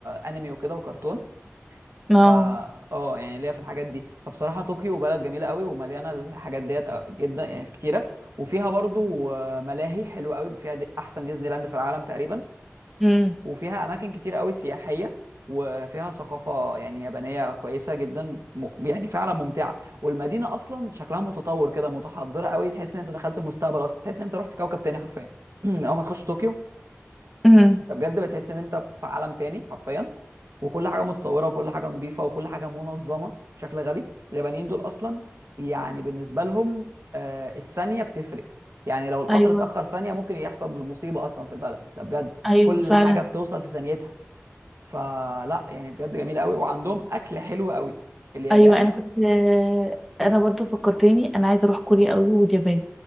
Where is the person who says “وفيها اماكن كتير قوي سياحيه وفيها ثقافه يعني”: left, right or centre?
Right